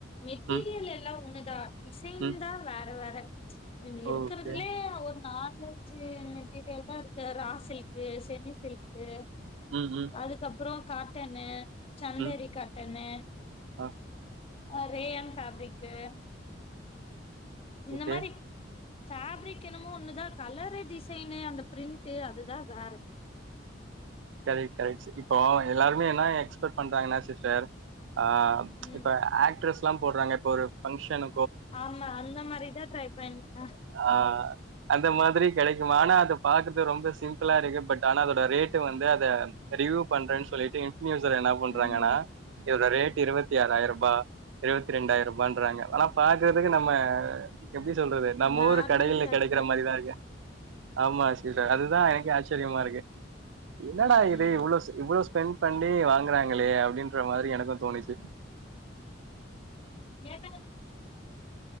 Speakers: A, on the left; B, on the right.
A: மெட்டீரியல்
B: ம்
A: எல்லாம் ஒண்ணுதா டிசைன்
B: ம்
A: தா வேற வேற இவர் இருக்கறதுலேயே
B: ஓகே
A: நாலஞ்சு மெட்டீரியல் தா இருக்கு ரா சில்க்கு செமி சில்க் க்கு
B: ம் ம்
A: அதுக்கப்புறோ காட்டனு சந்தேரி
B: ம்
A: காட் டனு
B: ஆ
A: ஆ ரேயன் ஃபாப்ரிக்கு இந்த
B: ஓகே
A: மாரி ஃப்ரிக் என்னமோ ஒண்ணுதா கலரு டிசைனு அந்த பிரிண்ட்டு அதுதா வேற.
B: கரெக்ட்டு கரெக்ட்டு இப்போ எல்லாருமே என்ன எக்ஸ்பெர்ட் பண்றாங்கன்னா சிஸ்டர். ஆ ம்ச்
A: ம்
B: இப்ப ஆக்ட்ரஸ். ல்லாம் போடுறாங்க இப்ப ஒரு பங்க்ஷன்.
A: ஆமா அந்த மாதிரிதா ட்ரை பண்ண.
B: ஆ அந்த மாதிரி கிடைக்குமானு அது பாத்துட்டு ரொம்ப சிம்பிளா இருக்கு பட் ஆனா அதோட ரேட். வந்து அத ரிவியூ பண்றேன்னு சொல்லிட்டு இன். இன்ஃபியூசர் என்ன பண்றாங்கன்னா.
A: ம்
B: இதோட ரேட் இருபத்தி ஆறாயிருபா. இருபத்தி ரெண்டாயிரம் ரூபான்றாங்க. பாக்குறதுக்கு நம்ம. எப்படி சொல்றது நம்ம
A: நார்மல்
B: ஊரு கடைகல்ல
A: கிளாத்
B: கெடைக்கிற மாரிதா இல்லையா. ஆமா சீஸ்டர் அதுதா எனக்கே ஆச்சரியமா இருக்கு. க்கு என்னடா
A: ம்
B: இது
A: ம்
B: இவ்வள இவ்ள ஸ்பெண்ட் பண்ணி வாங்குறாங்களே அப்படின்ற மாரி எனக்கு தோணுச்சு.
A: ஏதல்